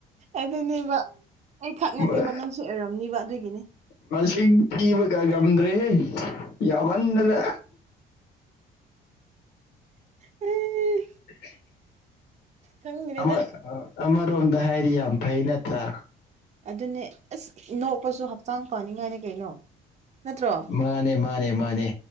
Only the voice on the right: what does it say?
ꯑꯗꯨꯅꯦꯕ ꯑꯩ ꯈꯛ ꯅꯠꯇꯦꯕ
ꯅꯪꯁꯨ ꯑꯣꯏꯔꯝꯅꯤꯕ ꯑꯗꯨꯒꯤꯅꯤ
INAUDIBLE
ꯈꯪꯗ꯭ꯔꯦꯗ
ꯑꯗꯨꯅꯦ ꯑꯥꯁ ꯅꯣꯛꯄꯁꯨ ꯍꯛꯆꯥꯡ ꯐꯅꯤꯡ ꯉꯥꯏꯅꯤ ꯀꯩꯅꯣ ꯅꯠꯇ꯭ꯔꯣ